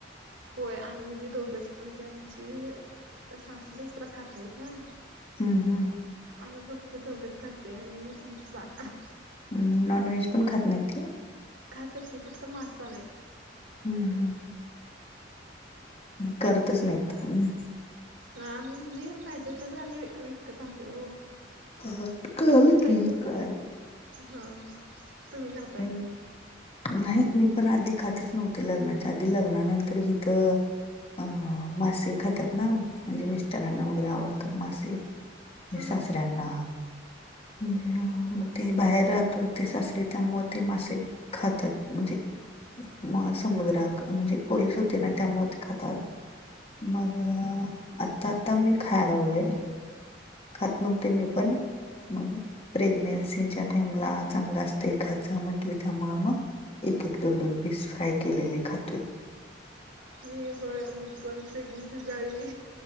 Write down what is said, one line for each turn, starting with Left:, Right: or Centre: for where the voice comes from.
Right: होय, आम्ही म्हणजे दोघच म्हणजे आमची. सासू सासरा खात नाहीत ना.
Left: हम्म हम्म.
Right: आम्ही फक्त दोघंच खातोय, आणि आमचं बाळं.
Left: नॉनव्हेज पण खात नाही ते,
Right: खातात की, फक्त मासा नाही.
Left: हम् हम्. करतच नाहीत. हम.
Right: आम्ही म्हणजे पाहिजे असलं तर आम्ही विकत आणतोय ओ.
Left: आठ काल
Right: पै
Left: कि काळाल.
Right: हा, तुम्ही घात
Left: हं. नाही, मी पण आधी खातंच नव्हते लग्नाच्या आधी. लग्नानंतर हिथं अ मासे खातात ना, म्हणजे मिस्टरांना वगैरे आवडतात मासे.
Right: हा
Left: अं सासऱ्यांना,
Right: हा
Left: मग ते बाहेर राहतो ते सासरे त्यामुळे ते मासे खातात, म्हणजे म समुद्रात म्हणजे पोलीस होते ना त्यामुळे ते खातात. मग आता आता मी खायाय लागलोय. खात नव्हते मीपण. मग प्रेग्नेन्सीच्या टाइमला चांगलं अस ते खायचं म्हटले, का मग एक एक दोन दोन पीस फ्राय केलेले खातोय.
Right: मी होय मी पण प्रेग्नेंट जाई.